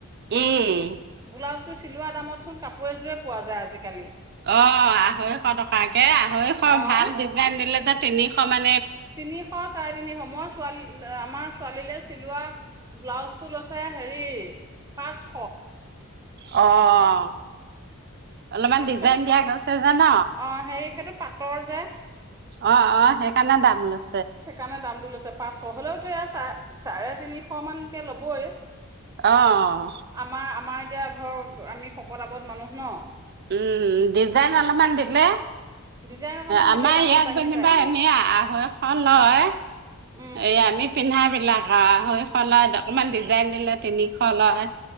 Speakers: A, on the right (about 45°); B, on the right (about 15°).
A: উম
B: ব্লাউজটো চিলোৱা দামত চোন কাপোৰ এযোৰে পোৱা যায় আজিকালি
A: অ আঢ়ৈশ টকাকে আঢ়ৈশ
B: অ
A: ভাল ডিজাইন দিলে যে তিনিশ মান
B: তিনিশ চাৰে তিনিশ মই ছোৱালী আমাৰ ছোৱালীলৈ চিলোৱা ব্লাউজ টো লৈছে হেৰি পাঁচশ
A: অ অলপমান ডিজাইন
B: সেইটো
A: দিয়া গৈছে যে ন
B: অ সেই সেইটো পাটৰ যে
A: অ অ সেইকাৰণে দাম লৈছে
B: সেইকাৰণে দামটো লৈছে পাঁচশ হলেও তেয়া চাই চাৰে তিনিশ মানকে লবই
A: আহ
B: আমাৰ আমাৰ এতিয়া ধৰক আমি শকত আৱত মানুহ ন
A: উম দিজাইন অলপমান দিলে
B: ডিজাইন অকমান
A: আমাৰ
B: দিলে দামটো
A: ইয়াত
B: বাঢ়ি
A: যেনিবা
B: যায়গে
A: এনে আঢ়ৈশ লয়
B: উম
A: এই আমি পিন্ধা বিলাক আঢ়ৈশ লয় অকমান ডিজাইন দিলে তিনিশ লয়